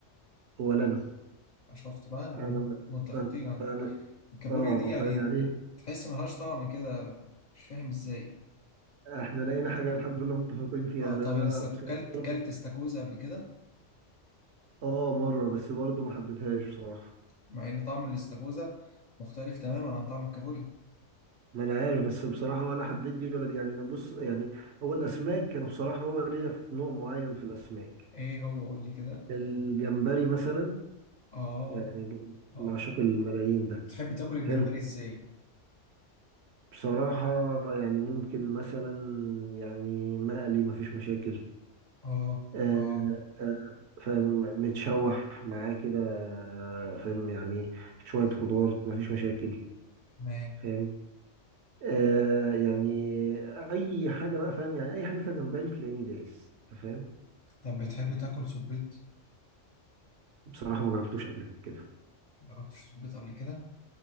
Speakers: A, on the right; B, on the left.
A: ولا
B: شفت بقى إحنا
A: انا
B: متفقين على
A: انا
B: دي الكابوريا
A: اه
B: دي يعني
A: فاهم يعني ايه
B: تحس ملهاش طعم كده مش فاهم ازاي
A: احنا لقينا حاجة الحمد لله متفقين فيها
B: اه طب
A: ده انا
B: الاستك...
A: بصراحة
B: كلت
A: برضو
B: كلت استاكوزا قبل كده
A: اه مرة بس برضو ما حبيتهاش بصراحة
B: مع ان طعم الاستاكوزا مختلف تماما عن طعم الكابوريا
A: ما انا عارف بس بصراحة ولا حبيت دي ولا دي يعني انا بص يعني هو الاسماك كانوا بصراحة هو ليا في نوع معين في الاسماك
B: ايه هو قول لي كده
A: الجمبري مثلا
B: اه
A: يعني الجم-
B: اه
A: معشوق الملايين ده
B: بتحب تاكل الجمبري
A: حلو
B: ازاي
A: بصراحة يعني ممكن مثلا يعني مقلي مفيش مشاكل
B: اه
A: آه،
B: اه
A: آه، فاهم متشوح معاه كده فاهم يعني شوية خضار مفيش مشاكل
B: تمام
A: فاهم آه يعني أي حاجة بقى فاهم يعني أي حاجة فيها جمبري تلاقيني دايس أنت فاهم
B: طب بتحب تاكل صبيط
A: بصراحة ما جربتوش قبل كده
B: مجربتش صبيط قبل كده